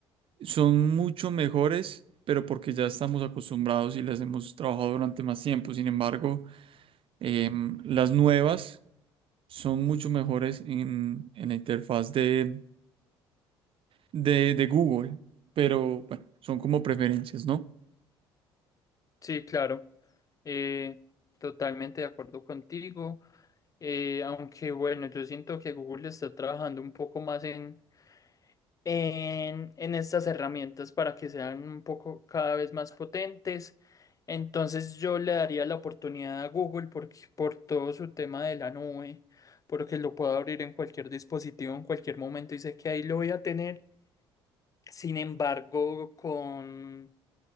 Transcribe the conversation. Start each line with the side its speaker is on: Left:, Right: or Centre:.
Right: Son mucho mejores, pero porque ya estamos acostumbrados y las hemos trabajado durante más tiempo. Sin embargo, em, las nuevas son mucho mejores en, en la interfaz de, de, de Google, pero bueno, son como preferencias, ¿no?
Left: Sí, claro, eh, totalmente de acuerdo contigo. Eh, aunque bueno, yo siento que Google está trabajando un poco más en, en, en estas herramientas para que sean un poco cada vez más potentes. Entonces yo le daría la oportunidad a Google porque, por todo su tema de la nube, porque lo puedo abrir en cualquier dispositivo en cualquier momento y sé que ahí lo voy a tener. Sin embargo, con